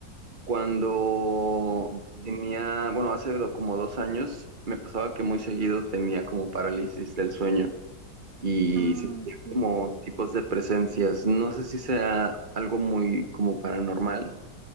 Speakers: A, on the right; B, on the right.
A: cuando
B: Okay.
A: tenía, bueno, hace do- como dos años me pasaba que muy seguido tenía como parálisis del sueño y
B: Ah,
A: sentía
B: sí,
A: como tipos de presencias. No sé si sea algo muy como paranormal